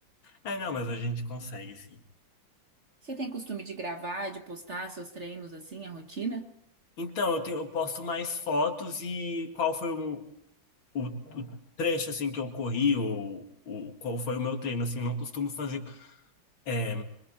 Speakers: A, on the left; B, on the right.
A: É, não, mas a gente consegue, sim.
B: Você tem costume de gravar, de postar seus treinos assim, a rotina?
A: Então, eu, tenho- eu posto mais fotos e qual foi o, o, o trecho, assim, que eu corri ou o, qual foi o meu treino, assim. Não costumo fazer é,